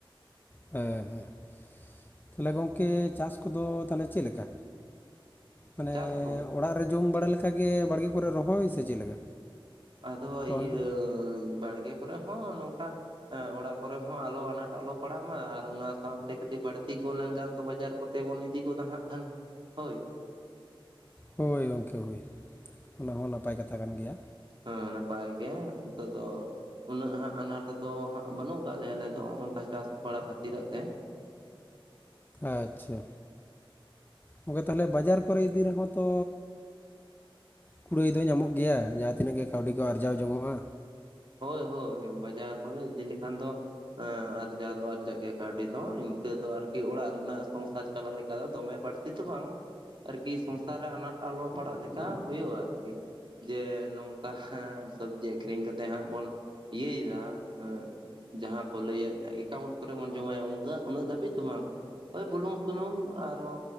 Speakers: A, on the left (about 20°); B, on the right (about 60°).
A: ᱦᱮᱸ ᱦᱮᱸ ᱛᱟᱦᱚᱞᱮ ᱜᱚᱝᱠᱮ ᱪᱟᱥ ᱠᱚᱫᱚ ᱛᱟᱦᱚᱞᱮ ᱪᱮᱫ ᱞᱮᱠᱟ? ᱢᱟᱱᱮ
B: ᱪᱟᱥ ᱠᱚ
A: ᱚᱲᱟᱜ ᱨᱮ ᱡᱚᱢ ᱵᱟᱲᱟ ᱞᱮᱠᱷᱟ ᱜᱮ ᱵᱟᱲᱜᱮ ᱠᱚᱨᱮ ᱨᱚᱦᱚᱭ ᱥᱮ ᱪᱮᱫ ᱞᱮᱠᱟ
B: ᱟᱫᱚ
A: ᱨᱚᱦᱚᱭ
B: ᱤᱭᱟᱹ
A: ᱠᱚᱫᱚ
B: ᱵᱟᱲᱜᱮ ᱠᱚᱨᱮ ᱦᱚᱸ ᱱᱚᱝᱠᱟ ᱦᱮᱸ ᱚᱲᱟᱜ ᱠᱚᱨᱮ ᱦᱚᱸ ᱟᱞᱚ ᱟᱱᱟᱴ ᱟᱞᱚ ᱯᱟᱲᱟᱜ ᱢᱟ ᱟᱨ ᱚᱱᱟ ᱥᱟᱶᱛᱮ ᱠᱟᱹᱴᱤᱡ ᱵᱟᱹᱲᱛᱤ ᱜᱚᱫᱽ ᱞᱮᱱᱠᱷᱟᱱ ᱫᱚ ᱵᱟᱡᱟᱨ ᱠᱚ ᱠᱚᱛᱮ ᱵᱚᱱ ᱤᱫᱤ ᱜᱚᱫᱟ ᱦᱟᱸᱜ ᱠᱷᱟᱱ ᱦᱳᱭ᱾
A: ᱦᱳᱭ ᱜᱚᱢᱠᱮ ᱦᱳᱭ ᱚᱱᱟ ᱦᱚᱸ ᱱᱟᱯᱟᱭ ᱠᱟᱛᱷᱟ ᱠᱟᱱ ᱜᱮᱭᱟ᱾
B: ᱦᱮᱸ ᱱᱟᱯᱟᱭᱟᱭ ᱜᱮ ᱱᱤᱛᱚᱜᱫᱚ᱾ ᱩᱱᱟᱹᱜ ᱦᱟᱸᱜ ᱟᱱᱟᱴ ᱫᱚ ᱦᱟᱸᱜ ᱵᱟᱹᱱᱩᱜ ᱟᱠᱟᱫ ᱞᱮᱭᱟ ᱟᱞᱮ ᱫᱚ ᱚᱱᱠᱟ ᱪᱟᱥ ᱵᱟᱲᱟ ᱠᱷᱟᱹᱛᱤᱨ ᱛᱮ᱾
A: ᱟᱪᱪᱷᱟ ᱛᱚᱵᱮ ᱛᱟᱦᱚᱞᱮ ᱵᱟᱡᱟᱨ ᱠᱚᱨᱮ ᱤᱫᱤ ᱨᱮᱦᱚᱸ ᱛᱚ ᱠᱩᱲᱟᱹᱭ ᱫᱚ ᱧᱟᱢᱚᱜ ᱜᱮᱭᱟ ᱡᱟᱦᱟᱸ ᱛᱤᱱᱟᱹᱜ ᱜᱮ ᱠᱟᱹᱣᱰᱤ ᱠᱚ ᱟᱨᱡᱟᱣ ᱡᱚᱝᱚᱜᱼᱟ᱾
B: ᱦᱳᱭ ᱦᱳᱭ ᱵᱟᱡᱟᱨ ᱠᱚᱨᱮ ᱤᱫᱤ ᱞᱮᱠᱷᱟᱱ ᱫᱚ ᱟᱸ ᱟᱨᱡᱟᱣ ᱫᱚ ᱟᱨᱡᱟᱜ ᱜᱮᱭᱟ ᱠᱟᱹᱣᱰᱤ ᱫᱚ ᱤᱱᱠᱟᱹ ᱫᱚ ᱟᱨᱠᱤ ᱚᱲᱟᱜ ᱨᱮᱱᱟᱜ ᱥᱚᱝᱥᱟᱨ ᱪᱟᱞᱟᱜ ᱞᱮᱠᱟ ᱫᱚ ᱫᱚᱢᱮ ᱵᱟᱹᱲ ᱵᱟᱝ ᱟᱨᱠᱤ ᱥᱚᱝᱥᱟᱨ ᱨᱮ ᱟᱱᱟᱴ ᱟᱞᱚ ᱯᱟᱲᱟᱜ ᱞᱮᱠᱟ ᱦᱩᱭᱩᱜᱼᱟ ᱟᱨᱠᱤ᱾ ᱡᱮ ᱱᱚᱝᱠᱟ ᱥᱚᱵᱽᱡᱤ ᱟᱹᱠᱷᱨᱤᱧ ᱠᱟᱛᱮᱜ ᱦᱟᱸᱜ ᱵᱚᱱ ᱤᱭᱟᱹᱭᱫᱟ ᱟᱸᱜ ᱡᱟᱦᱟᱸ ᱠᱚ ᱞᱟᱹᱭᱟ ᱮᱠᱟᱣᱩᱱᱴ ᱠᱚᱨᱮ ᱵᱚᱱ ᱡᱚᱢᱟᱭᱟ ᱚᱝᱠᱟ ᱩᱱᱟᱹᱜ ᱫᱷᱟᱹᱵᱤᱡᱽ ᱫᱚ ᱵᱟᱝ᱾ ᱳᱭ ᱵᱩᱞᱩᱝ ᱥᱩᱱᱩᱢ ᱟᱨᱚ